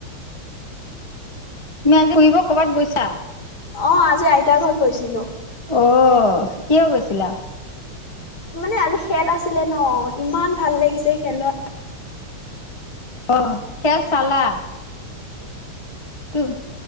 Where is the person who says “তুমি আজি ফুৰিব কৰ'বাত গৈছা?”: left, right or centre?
Left